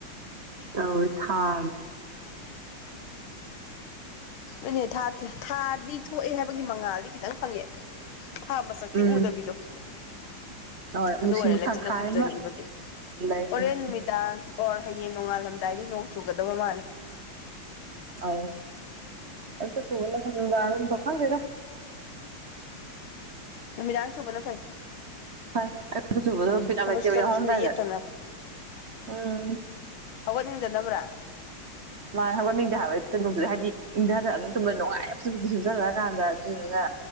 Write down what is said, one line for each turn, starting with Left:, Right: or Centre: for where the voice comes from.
Right: ꯇꯧ ꯊꯥꯁ
Left: ꯑꯅꯦ ꯊꯥ ꯊꯥꯗꯤ ꯊꯣꯛꯑꯦ ꯍꯥꯏꯕꯒꯤ ꯃꯉꯥꯜꯗꯤ ꯈꯤꯇꯪ ꯐꯪꯉꯦ ꯊꯥ ꯃꯁꯛꯇꯤ
Right: ꯎꯝ
Left: ꯎꯗꯕꯤꯗꯣ
Right: ꯍꯣꯏ ꯅꯨꯡꯁꯤ
Left: ꯑꯗꯨ ꯑꯣꯏꯔꯦ ꯂꯩꯥꯏꯆꯤꯠꯟꯅ
Right: ꯇꯪꯈꯥꯏ
Left: ꯈꯨꯝꯖꯤꯟꯈꯤꯕꯒꯤ
Right: ꯑꯃ ꯂꯩ
Left: ꯍꯣꯔꯦꯟ
Right: ꯎꯝ
Left: ꯅꯨꯃꯤꯗꯥꯡ ꯑꯣꯔ ꯍꯌꯦꯡ ꯅꯣꯡꯉꯥꯜꯂꯝꯗꯥꯏꯗꯤ ꯅꯣꯡ ꯆꯨꯒꯗꯕ ꯃꯥꯜꯂꯦ
Right: ꯑꯥꯎ ꯑꯇ ꯆꯨꯒꯅꯔ ꯁ ꯈꯥꯟꯗꯗ
Left: ꯃꯤ ꯌꯥꯎ ꯆꯣ ꯐꯂꯣ ꯐꯦ
Right: ꯐꯩ ꯑꯌꯨꯛꯇ ꯆꯨꯕꯗꯣ ꯕꯤꯠ ꯌꯥꯝ
Left: ꯊꯕꯛꯁꯨ
Right: ꯂꯩꯇꯦꯕ
Left: ꯆꯥꯎꯁꯤꯁꯤꯗ
Right: ꯌꯥꯍꯧꯔꯝꯗꯥꯏꯗ
Left: ꯌꯦꯠꯇꯅꯕ
Right: ꯎꯝ
Left: ꯍꯒꯠ ꯅꯤꯡꯖꯗꯕ꯭ꯔꯥ
Right: ꯃꯥ ꯍꯪꯒꯠꯅꯤꯡꯗꯦ ꯍꯥꯏꯕꯣꯡꯗꯨ ꯍꯥꯏꯗꯤ ꯏꯪꯊꯔ ꯑꯗꯨ ꯇꯗ ꯅꯨꯡꯉꯥꯏꯕ ꯁꯆꯜꯂꯒ ꯀꯗ ꯑꯗꯨ ꯑꯗꯨꯅ
Left: ꯑ